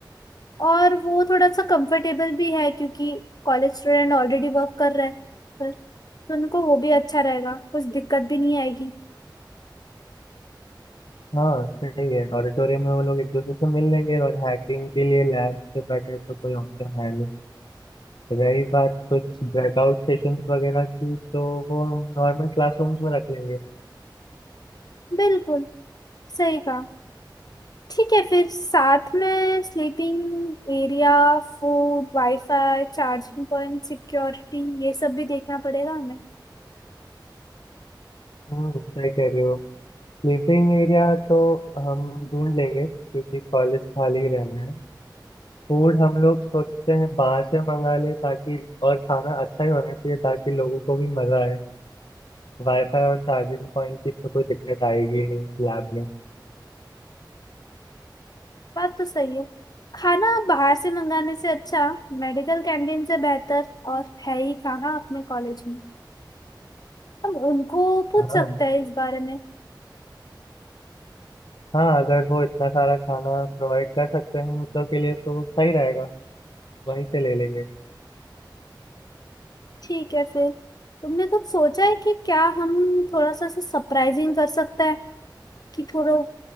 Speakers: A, on the left; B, on the left.
A: और वो थोड़ा सा कंफर्टेबल भी है क्योंकि कॉलेज स्टूडेंट ऑलरेडी वर्क कर रहे हैं पर तो उनको वो भी अच्छा रहेगा कुछ दिक्कत भी नहीं आएगी
B: हाँ सही है ऑडिटोरियम में वो लोग एक दूसरे से मिल लेंगे और हैकिंग के लिए लैब से बेटर तो कोई ऑप्शन है नहीं रही बात कुछ ब्रेकआउट सेशंस वगैरह की तो वो हम नॉर्मल क्लासरूम्स में रख लेंगे
A: बिल्कुल सही कहा ठीक है फिर साथ में sleeping area food wifi charging point security ये सब भी देखना पड़ेगा
B: हम्म सही कह रहे हो स्लीपिंग एरिया तो हम ढूंढ लेंगे क्योंकि कॉलेज खाली रहना है फूड हम लोग सोचते हैं बाहर से मंगा ले ताकि और खाना अच्छा ही होना चाहिए ताकि लोगों को भी मजा आए वाईफाई और चार्जिंग पॉइंट की तो कोई दिक्कत आएगी नहीं लैब में
A: बात तो सही है खाना बाहर से मंगाने से अच्छा मेडिकल कैंटीन से बेहतर और है ही कहाँ अपने कॉलेज में हम उनको पूछ
B: हाँ
A: सकते हैं इस बारे में
B: हाँ अगर वो इतना सारा खाना प्रोवाइड कर सकते हैं बच्चों के लिए तो सही रहेगा वहीं से ले लेंगे
A: ठीक है फिर तुमने कुछ सोचा है कि क्या हम थोड़ा सा सरप्राइजिंग कर सकते हैं कि थोड़ा